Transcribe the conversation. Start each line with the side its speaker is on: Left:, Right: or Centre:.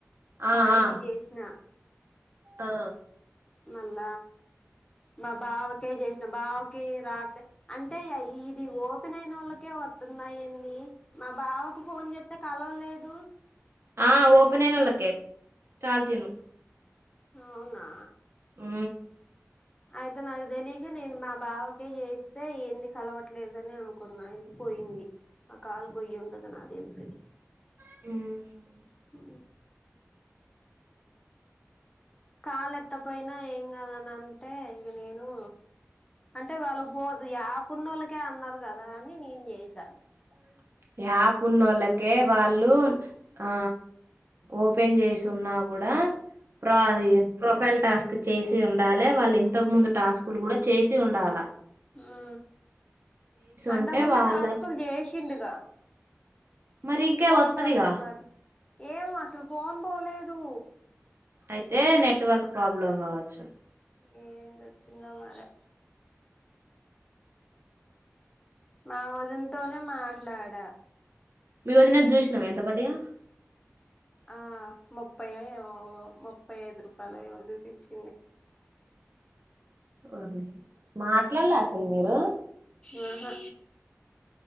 Left: సాయికి
Right: ఆ ఆ
Left: చేస్న
Right: ఆ
Left: మళ్ళ మా బావకే చేసిన బావకి రాట్లేదు అంటే ఇది ఓపెన్ అయినోళ్ళకే వత్తున్నాయీ ఏంది మా బావకు ఫోన్ చేస్తే కలవలేదు
Right: ఆ ఓపెన్ అయిన ఒళ్లకే చాల్టీను
Left: అవునా
Right: ఉ
Left: అయితే నాకు తెలిక నేను మా బావకే చెత్తే ఏంది కలవట్లేదని అనుకున్న ఇంత పోయింది ఆ కాల్ పోయుండదు నాకు తెలిసి
Right: ఉమ్
Left: ఆ కాల్ ఎత్తపోయిన ఏం గాదని అంటే ఇగ నేను అంటే వాళ్ళ పోదు ఈ యాపునోళ్లకే అన్నారు కదా అని నేను చేసా
Right: <unintelligible> యాప్ ఉన్న ఒళ్ళకే వాళ్ళు ఆ ఓపెన్ చేసి ఉన్నా కూడ, ప్ర అది ప్రొఫైల్ టాస్క్ చేసి ఉండాలే వాళ్ళు ఇ ఇంతకు ముందు టాస్కులు కూడా, చేసి ఉండాల
Left: ఆ అంత
Right: ఉంటే
Left: ముందు
Right: వాళ్ళ
Left: టాస్కులు చేసిండుగా,
Right: మరి ఇంకే
Left: ఫోన్
Right: వత్తదిగా
Left: కాల్స్ మరి ఏమో అసలు ఫోన్లే లేదు,
Right: అయితే నెట్వర్క్ ప్రాబ్లం కావచ్చు,
Left: ఎంది వచ్చిందో మరే, మా వదినతోనే మాట్లాడా
Right: మీ వదినకు చూసినవ ఎంత పడ్డయో,
Left: ఆ మూపై యో ఏమో ఒ ముప్ ముప్పై ఐదు రూపాయలు ఏమో చూపించింది.
Right: వోర్ని మాట్లాల్లే అసలు మీరు
Left: ఉ హా